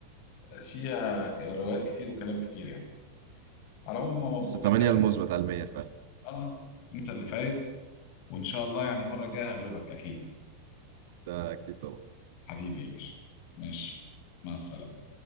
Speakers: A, on the left; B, on the right.
A: فيها ك- روايات كتير وكلام كتير يعني على العموم مبروك
B: بس 8
A: انت
B: المثبت على 100 فعلا
A: اه انت اللي فايز وان شاء الله يعني المره الجايه هغلبك اكيد
B: ده اكيد طبعا
A: حبيبي يا باشا ماشي مع السلامه